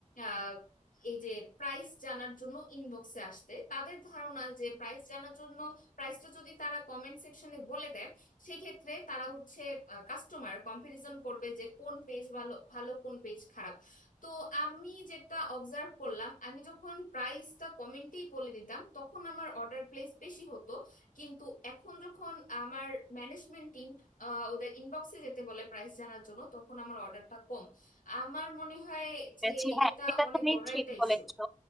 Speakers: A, on the left (about 75°); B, in the centre.
A: আহ, এই যে প্রাইস জানার জন্য ইনবক্সে আসতে তাদের ধারণা যে প্রাইস জানার জন্য প্রাইসটা যদি তারা কমেন্ট সেকশনে বলে দেয় সেক্ষেত্রে তারা হচ্ছে কাস্টমার কম্পারিজন করবে যে কোন পেজ ভালো ভালো কোন পেজ খারাপ তো আমি যেটা অবজার্ভ করলাম আমি যখন প্রাইসটা কমেন্টেই বলে দিতাম তখন আমার অর্ডার প্লেস বেশি হতো কিন্তু এখন যখন আমার ম্যানেজমেন্ট টিম ওদের ইনবক্সে যেতে বলে প্রাইস জানার জন্য তখন আমার অর্ডারটা কম আমার মনে হয় যে
B: বলেছি হ্যাঁ
A: এটা
B: এটা
A: অনেক
B: তুমি
A: বড়
B: ঠিক
A: একটা
B: বলেছো
A: ইস্যু